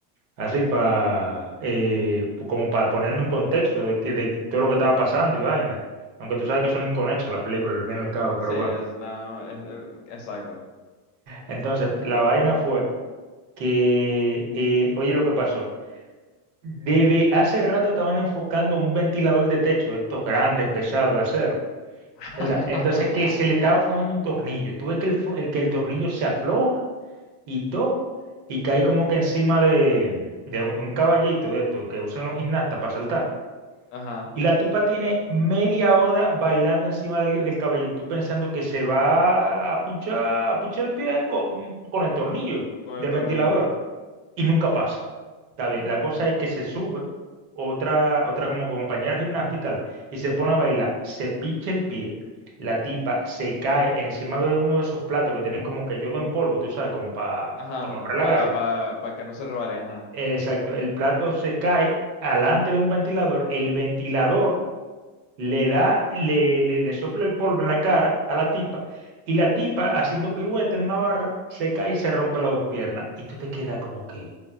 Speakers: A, on the right; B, on the left.
A: Así para como para ponerme en contexto de, que- de que todo lo que estaba pasando y vaina. Aunque tú sabes que son inconexas las películas, al fin y al cabo, pero
B: Sí, es,
A: bueno.
B: no, es, exacto.
A: Entonces, la vaina fue que, eh, oye lo que pasó. Desde hace rato estaban enfocando un ventilador de techo, estos grandes, pesados de acero,
B: <laughs>
A: ¿verdad? Entonces que se le estaba aflojando un tornillo. Tuve que el, fo- el que el tornillo se afloja y todo, y cae como que encima de, de un, de un caballito de esto que usan los gimnastas para saltar.
B: Ajá.
A: Y la tipa tiene media hora bailando encima del, del caballito, tú pensando que se va a pinchar, a pinchar el pie con, con el tornillo
B: Con
A: del
B: el tornillo.
A: ventilador y nunca pasa. Está bien, la cosa es que se sube otra, otra como compañera gimnasta y tal, y se pone a bailar, se picha el pie, la tipa se cae encima de uno de esos platos que tienen como que yodo en polvo, tú sabes, como para
B: Ajá, ajá.
A: mejorar el
B: Para,
A: agarre.
B: para, para que no se resbalen,
A: Exacto, el plato se cae alante de un ventilador, el ventilador le da, le, le, le sopla el polvo en la cara a la tipa, y la tipa, haciendo pirueta en una barra, se cae y se rompe las dos piernas. Y tú te quedas como que,